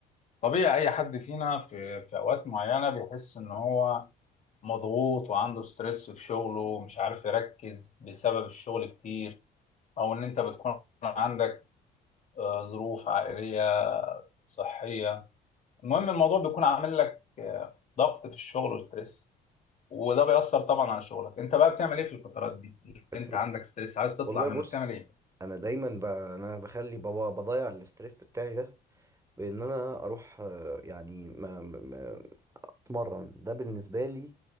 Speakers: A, on the left; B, on the right.
A: طبيعي اي حد فينا في في اوقات معينه بيحس ان هو مضغوط وعنده ستريس في شغله ومش عارف يركز بسبب الشغل كتير او ان انت بتكون عندك آه، ظروف عائلية صحية المهم الموضوع بيكون عامل لك آه، ضغط في الشغل وستريس وده بيأثر طبعا على شغلك انت بقى بتعمل ايه في الفترات دي اللي
B: اساسي
A: انت عندك ستريس عايز تطلع
B: والله
A: منه
B: بص
A: بتعمل ايه
B: انا دايما ب... انا بخلي بابا بضيع الاستريس بتاعي ده بان انا اروح آه، يعني ما... ما... اتمرن ده بالنسبه لي